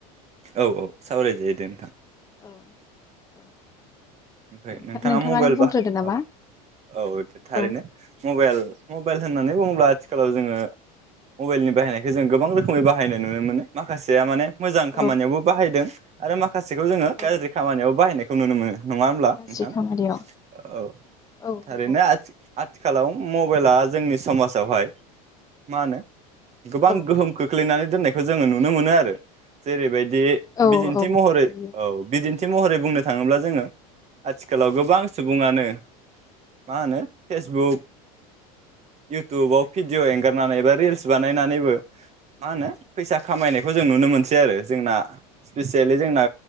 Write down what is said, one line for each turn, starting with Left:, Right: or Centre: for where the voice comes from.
Right: औ औ सावरायजायो दे नोंथां।
Left: औ औ
Right: ओमफ्राय
Left: नोंथां
Right: नोंथाङा
Left: नोंथाङानो
Right: मबाइल
Left: बुंग्रोदो
Right: बा
Left: नामा
Right: औ औ थारैनो
Left: औ
Right: मबाइल मबाइल होननानै बुङोब्ला आथिखालाव जोङो मबाइलनि बाहायनायखौ जों गोबां रोखोमै बाहायनाय नुनो मोनो। माखासेया माने मोजां खामानियावबो
Left: औ
Right: बाहायदों। आरो मा माखासेखौ जोङो गाज्रि
Left: औ
Right: खामानियाव बाहायनाय खौ नुनो मोनो। नङा होमब्ला
Left: गाज्रि
Right: नोंथां?
Left: खामानियाव
Right: औ
Left: औ
Right: थारैनो
Left: नंगौ
Right: आथि-आथिखालाव मबाइला जोंनि समाजावहाय मा होनो गोबां
Left: औ
Right: गोहोम खोख्लैनानै दोननायखौ जोङो नुनो मोनो आरो जेरैबायदि
Left: औ
Right: बिदिन्थि
Left: औ
Right: महरै
Left: बियो
Right: औ बिदिन्थि थि महरै बुंनो थाङोब्ला जोङो आथिखालाव गोबां सुबुङानो मा होनो फेसबुक इउटुबाव भिडिअ एंगारनानै बा रिल्स बानायनानैबो मा होनो फैसा खामायनायखौ जों नुनो मोनसै आरो जोंना स्पेसियेलि जोंना